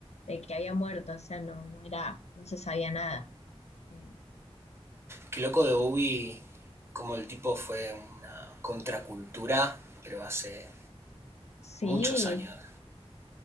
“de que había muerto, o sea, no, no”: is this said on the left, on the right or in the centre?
Left